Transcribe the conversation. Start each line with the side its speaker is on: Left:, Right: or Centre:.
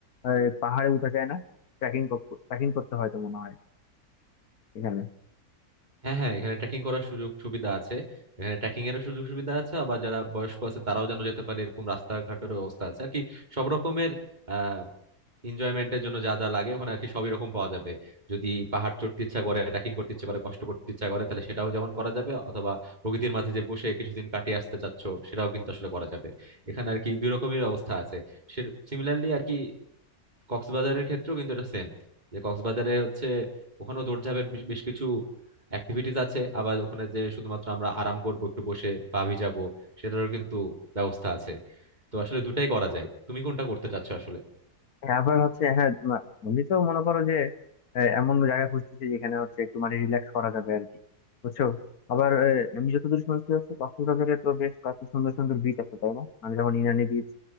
Left: আহ, পাহাড়ে উঠা যায় না ট্রেকিং ট্রেকিং করতে হয় তো মনে হয় এখানে
Right: হ্যাঁ হ্যাঁ এখানে ট্রেকিং করার সুযোগ সুবিধা আছে এখানে ট্রেকিং এরও সুযোগ সুবিধা আছে আবার যারা বয়স্ক আছে তারাও যেন যেতে পারে এরকম রাস্তাঘাটের ব্যবস্থা আছে আর কি সব রকমের আহ এনজয়মেন্টের জন্য যা যা লাগে ওখানে আর কি সবই রকম পাওয়া যাবে যদি পাহাড় চড়তে ইচ্ছা করে ট্রেকিং করতে ইচ্ছা করে কষ্ট করতে ইচ্ছা করে তাহলে সেটাও যেমন করা যাবে অথবা প্রকৃতির মাঝে যে বসে কিছুদিন কাটিয়ে আসতে চাচ্ছ সেটাও কিন্তু আসলে করা যাবে এখানে আর কি দুই রকমের অবস্থা আছে সে সিমিলারলি আর কি কক্সবাজারের ক্ষেত্রেও কিন্তু এটা সেম যে কক্সবাজারে হচ্ছে ওখানেও দৌড়ঝাঁপের বেশ বেশ কিছু অ্যাক্টিভিটিস আছে আবার ওখানে যে শুধুমাত্র আমরা আরাম করব একটু বসে পা ভিজাবো সেটারও কিন্তু ব্যবস্থা আছে তো আসলে দুটাই করা যায় তুমি কোনটা করতে চাচ্ছো আসলে
Left: হ্যাঁ, আবার হচ্ছে হ্যাঁ এমনি তো মনে করো যে আহ, এমন জায়গা খুঁজতেছি যেখানে হচ্ছে একটু মানে রিল্যাক্স করা যাবে আর কি বুঝছো আবার আহ, আমি যতদূর শুনছি হচ্ছে কক্সবাজারে তো বেশ কত সুন্দর সুন্দর বিচ আছে তাই না মানে যেমন ইনানি বিচ